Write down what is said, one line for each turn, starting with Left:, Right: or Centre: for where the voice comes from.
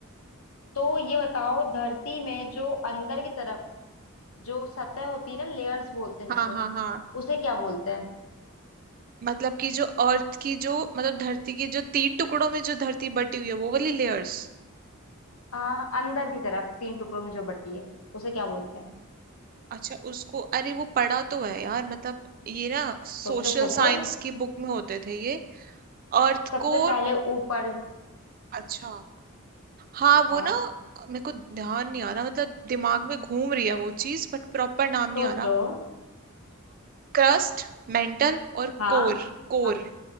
Left: तो ये बताओ धरती में जो अंदर की तरफ जो सतह होती है ना लेयर्स बोलते हैं
Right: हाँ
Left: जिसे
Right: हाँ हाँ
Left: उसे क्या बोलते हैं
Right: मतलब कि जो अर्थ की जो मतलब धरती की जो तीन टुकड़ों में जो धरती बटी हुई है वो वाली लेयर्स
Left: आ, अंदर की तरफ तीन टुकड़ों में जो बटी है उसे क्या बोलते हैं
Right: अच्छा उसको अरे वो पढ़ा तो है यार मतलब ये ना सोशल
Left: सोचो सोचो
Right: साइंस की बुक में होते थे ये अर्थ
Left: सबसे
Right: को
Left: पहले ऊपर
Right: अच्छा हाँ वो
Left: हाँ
Right: ना मेरे को ध्यान नहीं आ रहा मतलब दिमाग में घूम रही है वो चीज बट प्रॉपर नाम नहीं
Left: सोचो
Right: आ रहा क्रस्ट मेंटल और
Left: हाँ
Right: कोर कोर
Left: हाँ